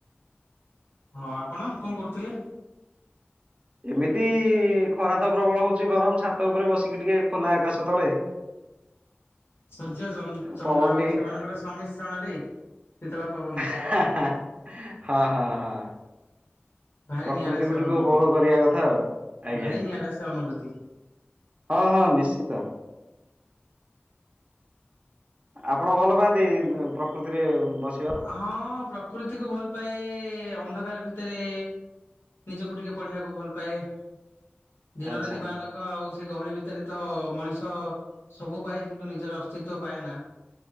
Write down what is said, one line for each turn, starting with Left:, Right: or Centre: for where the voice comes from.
Left: ହଁ ଆପଣ କଣ କରୁଥିଲେ?
Right: ଏମିତି ଖରା ତ ପ୍ରବଳ ହଉଚି ଗରମ ଛାତ ଉପରେ ବସିକି ଟିକେ ଖୋଲା ଆକାଶ ତଳେ
Left: ସୂର୍ଯ୍ୟ ଚନ୍ଦ୍ର
Right: ପବନ
Left: ଆଉ
Right: ଟିକେ
Left: ସେମାନଙ୍କର ସମ୍ମିଶ୍ରଣରେ ଶୀତଳ ପବନ।
Right: ଆହା। ହଁ ହଁ ହଁ।
Left: ଭାରି
Right: ପ୍ରକୃତିକୁ
Left: ନିଆରା ସେ
Right: ଟିକେ
Left: ଅନୁଭୂତି
Right: ଉପଭୋଗ କରିବା କଥା ଆଉ ଆଜ୍ଞା।
Left: ଭାରି ନିଆରା ସେ ଅନୁଭୂତି।
Right: ହଁ ହଁ ନିଶ୍ଚିତ। ଆପଣ ଭଲ ପାଆନ୍ତି ପ୍ରକୃତିରେ ବସି
Left: ହଁ ପ୍ରକୃତିକୁୁ ଭଲ ପାଏ ଅନ୍ଧକାର ଭିତରେ ନିଜକୁ ଟିକେ ପଢିବାକୁ ଭଲ ପାଏ। ଦିନରେ
Right: ଆଚ୍ଛା।
Left: ଦିବା ଆଲୋକ୍। ଙ୍କ ଆଉ ସେ ଗହଳି ଭିତରେ ତ ମଣିଷ ସବୁ ପାଏ କିନ୍ତୁ ନିଜର ଅସ୍ତିତ୍ଵ ପାଏ ନା।